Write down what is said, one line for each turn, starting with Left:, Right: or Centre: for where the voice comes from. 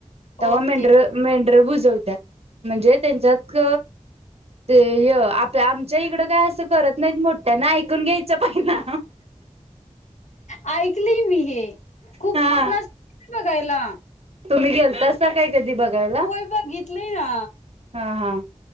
Right: तेव्हा
Left: ओके
Right: मेंढर मेंढर बुजवतो. त्यात म्हणजे त्यांच्यात ते आप आमच्या इकडं काय असं करत. नाही मोठ्या ना ऐकून घ्यायच पाहि ना
Left: ऐकले मी हे खूप
Right: हा
Left: छ बघायला
Right: तुम्ही गेलतासा काय कधी बघायला?
Left: होय बघितलंय ना
Right: हा हा